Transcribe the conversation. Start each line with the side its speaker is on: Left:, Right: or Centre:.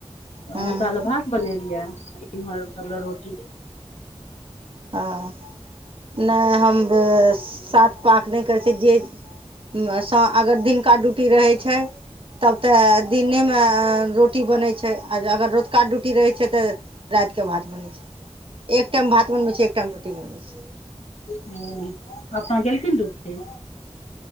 Right: हँ
Left: हुनका लए भात बनेलियै एम्हर <unintelligible> रोटी
Right: ह नहि हम साथ <unintelligible> करै छी जे स अगर दिनका ड्यूटी रहै छै तब तऽ दिनेमे रोटी बनै छै आ अगर रतुका ड्यूटी रहै छै तऽ रातिके भात बनैत छै एक टाइम भात बनबै छै एक टाइम रोटी बनबै छै
Left: ह अपना गेलेलखिन ड्यूटी